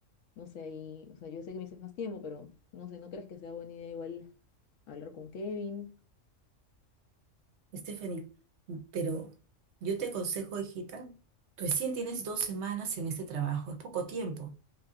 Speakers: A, on the left (about 80°); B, on the right (about 65°).
A: no sé, y, o sea, yo sé que me dices más tiempo, pero no sé, ¿no crees que sea buena idea igual hablar con Kevin?
B: Stephanie, pero yo te aconsejo, hijita, recién tienes dos semanas en este trabajo, es poco tiempo.